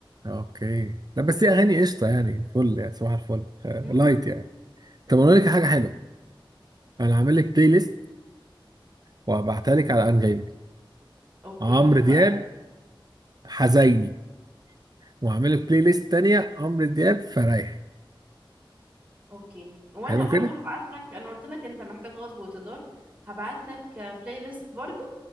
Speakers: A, on the right (about 50°); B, on the right (about 15°).
A: اوكي لا بس دي اغاني قشطه يعني فل يعني صباح الفل آه،
B: مم.
A: لايت يعني طب اقول لك حاجه حلوه انا هعمل لك بلاي ليست وهبعتها لك على انغامي
B: أوكي
A: عمرو
B: حلوة
A: دياب
B: قوي
A: حزيني وهعمل لك بلاي ليست تانيه عمرو دياب فرايحي
B: أوكي وأنا
A: حلو
B: برضو
A: كده
B: هبعت لك أنا قلت لك أنت محتاج غصب وتدار هبعت لك بلاي ليست برضو